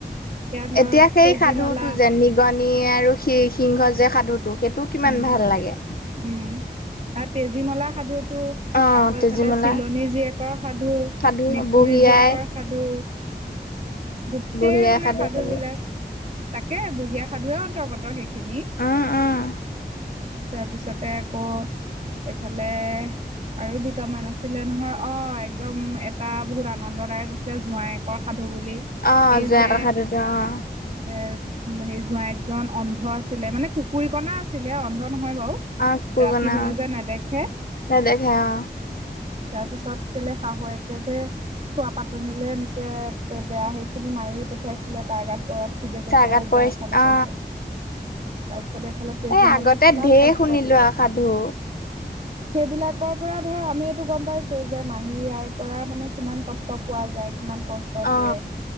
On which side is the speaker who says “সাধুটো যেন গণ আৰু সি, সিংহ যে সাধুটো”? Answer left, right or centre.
Left